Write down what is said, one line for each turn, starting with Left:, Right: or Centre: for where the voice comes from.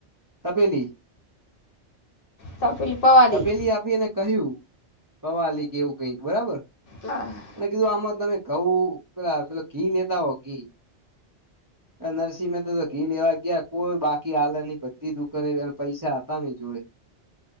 Right: તપેલી.
Left: તપેલી પવાલી
Right: તપેલી આપીને કહ્યું પવાલી કેવું કઈક બરાબર
Left: અહ
Right: અને કીધું આમાં તમે કહું પેલા પેલો ઘી લેતા આઓ ઘી. અહ નરસિંહ મહે તો તો ઘી લેવા ગયા કોઈ બાકી હાલ નની બધી દુકાને પૈસા હતા નહીં જોડે